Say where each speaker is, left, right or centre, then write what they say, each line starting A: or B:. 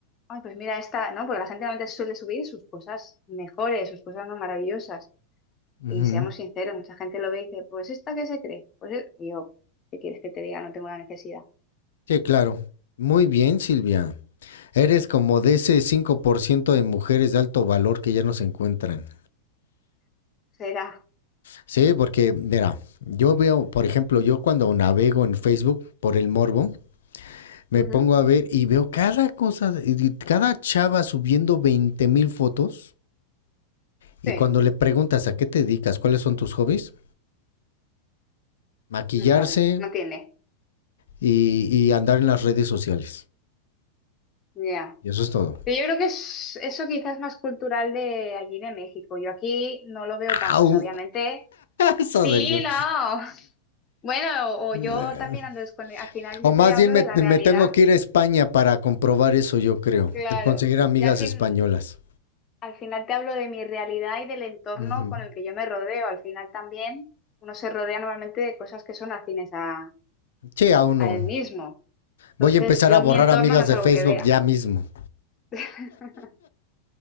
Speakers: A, on the left; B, on the left.
A: ay, pues mira esta, ¿no? Porque la gente normalmente suele subir sus cosas mejores, sus cosas más maravillosas.
B: Ujú.
A: Y seamos sinceros, mucha gente lo ve y dice, pues esta que se cree. Pues e-". y yo, ¿qué quieres que te diga? No tengo la necesidad.
B: Sí, claro. Muy bien, Silvia. Eres como de ese 5% de mujeres de alto valor que ya no se encuentran.
A: Será.
B: Sí, porque, mira, yo veo, por ejemplo, yo cuando navego en Facebook por el morbo, me
A: Ujú.
B: pongo a ver y veo cada cosa, cada chava subiendo veinte mil fotos Y
A: Sí,
B: cuando le preguntas a qué te dedicas, cuáles son tus hobbies, maquillarse
A: no sabe, no tiene.
B: y, y andar en las redes sociales.
A: Ya.
B: Y eso es todo.
A: Pero yo creo que es, eso quizás es más cultural de allí de México. Yo aquí no lo veo tanto,
B: ¡Au!
A: o sea, obviamente.
B: Eso
A: Sí,
B: dolió.
A: no. <laughs> Bueno, o o
B: <laughs>
A: yo también ando descone- Al final
B: o
A: yo
B: más
A: te hablo
B: bien me,
A: de la realidad.
B: me tengo que ir a España para comprobar eso, yo creo.
A: Claro.
B: Conseguir amigas
A: Y al fin,
B: españolas.
A: al final te hablo de mi realidad y del entorno
B: Ujú.
A: con el que yo me rodeo. Al final también uno se rodea normalmente de cosas que son afines a,
B: Che, aún no.
A: a él mismo. Entonces,
B: Voy a empezar
A: yo
B: a
A: en
B: borrar
A: mi entorno
B: amigas
A: no es
B: de
A: algo
B: Facebook
A: que vea.
B: ya mismo.
A: <laughs>